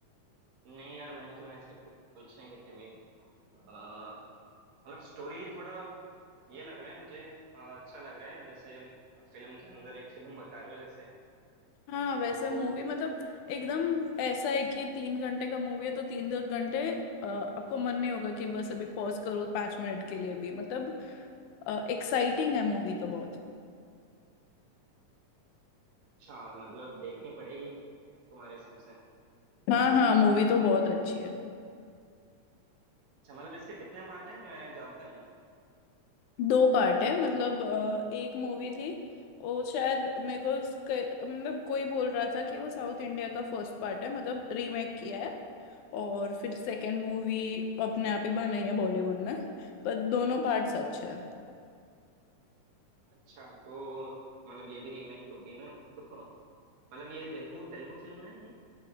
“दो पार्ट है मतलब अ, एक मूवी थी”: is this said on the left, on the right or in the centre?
Left